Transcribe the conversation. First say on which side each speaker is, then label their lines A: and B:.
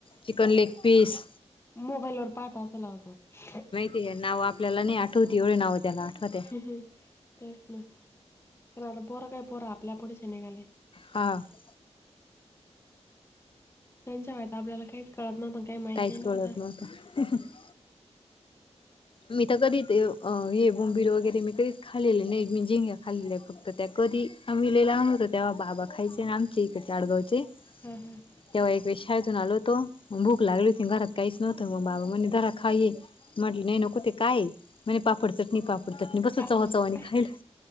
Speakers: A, on the left; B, on the left.
A: चिकन लेग पीस
B: मोबाईलवरर पाच वाजता लावतो. <unintelligible>
A: ते नाव आपल्याला नाही आठवती एवढे नाव त्याला आठवत. <unintelligible>
B: तेच ना कारण आता पोरं काय पोरं आपल्यापुढचे निघाले.
A: हां. <unintelligible>
B: त्यांच्या वयात आपल्याला काहीच कळत नव्हतं काही माहिती
A: काहीच
B: नव्हतं.
A: कळत
B: <unintelligible>
A: <unintelligible> <unintelligible> मी तर कधी ते हे बोंबिल वगैरे मी कधीच खालेलं नाही मी झींग खालेल्या आहेत फक्त त्या कधी आम्ही
B: हं,
A: लहान होतो तेव्हा बाबा खायचे आमचे इकडे आडगावचे.
B: हम हम. <unintelligible>
A: तेव्हा एक वेळ शाळेतून आलो होतो भूक लागली होती घरात काहीच नव्हत म बाबा म्हणले धरा खा रे. <unintelligible> म्हटलं नको ते काय आहे काय म पापड चटणी पापड. त्यातनी बसल
B: अर्र
A: चवा चवा नी खायला